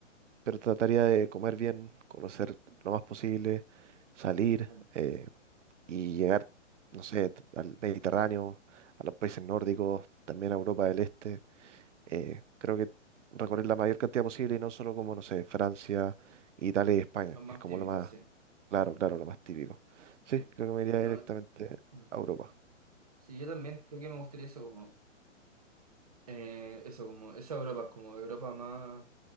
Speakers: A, on the right; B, on the right.
A: pero trataría de comer bien, conocer lo más posible, salir
B: mm.
A: eh, y llegar, no sé, t- al Mediterráneo, a los países nórdicos, también a Europa del Este. Eh, creo que recorrer la mayor cantidad posible y no solo como, no sé, Francia, Italia y España,
B: Los más
A: que es como
B: típicos,
A: lo más,
B: sí.
A: claro, claro, lo más típico. Sí,
B: sí.
A: creo que me iría
B: No,
A: directamente
B: mm.
A: a Europa.
B: sí, yo también creo que me gustaría eso, como Eh, eso, como, esa Europa, como Europa más